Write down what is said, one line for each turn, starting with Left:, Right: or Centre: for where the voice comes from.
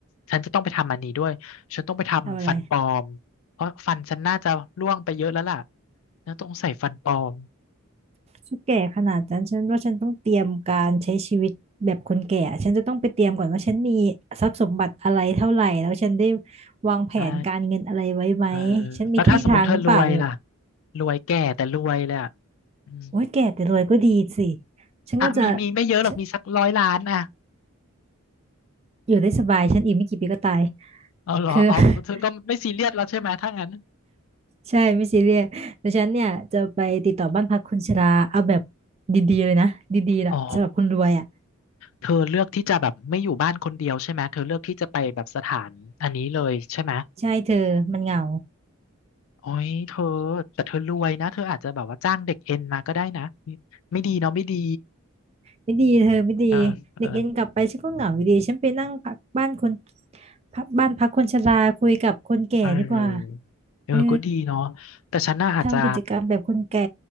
Left: ฉันจะต้องไปทำอันนี้ด้วยฉันต้องไปทำฟันปลอมเพราะฟันฉันน่าจะร่วงไปเยอะแล้วล่ะ
Right: ทำอะไร
Left: แล้วต้องใส่ฟันปลอม
Right: ฉันแก่ขนาดนั้นฉันว่าฉันต้องเตรียมการใช้ชีวิตแบบคนแก่ ฉันจะต้องไปเตรียมก่อนว่าฉันมีทรัพย์สมบัติอะไรเท่าไหร่แล้วฉันได้วางแผนการเงินอะไรไว้ไหม
Left: ใช่เออ
Right: ฉันมีที่ทางหรือเปล่าเนี่ย
Left: แล้วถ้าสมมติเธอรวยล่ะรวยแก่แต่รวยเลยอ่ะอืม
Right: โอ้ยแก่แต่รวยก็ดีสิฉันก็จะ
Left: อ่ะมีมีไม่เยอะหรอกมีสักร้อยล้านอ่ะ
Right: ฉันอยู่ได้สบายฉันอีกไม่กี่ปีก็ตาย
Left: เอาเหรออ๋อเธอก็ไม่ซีเรียสแล้วใช่ไหมถ้างั้น
Right: คือ <laughs> ใช่ไม่ซีเรียสแต่ฉันเนี่ยจะไปติดต่อบ้านพักคนชราเอาแบบดีๆเลยนะดีๆล่ะสำหรับคนรวยอ่ะ
Left: อ๋อเธอเลือกที่จะแบบไม่อยู่บ้านคนเดียวใช่ไหมเธอเลือกที่จะไปแบบสถานอันนี้เลยใช่ไหม
Right: ใช่เธอมันเหงา
Left: โอ้ยเธอแต่เธอรวยนะเธออาจจะแบบว่าจ้างเด็กเอ็นมาก็ได้นะไม่ไม่ดีเนาะไม่ดี
Right: ไม่ดีเธอไม่ดี
Left: เออเออ
Right: เด็กเอ็นกลับไปฉันก็เหงาอยู่ดีฉันไปนั่งพักบ้านคนพักบ้านพักคนชราคุยกับคนแก่ดีกว่า
Left: เออเออก็ดีเนาะแต่ฉันน่ะอาจจะ
Right: เออทำกิจกรรมแบบคนแก่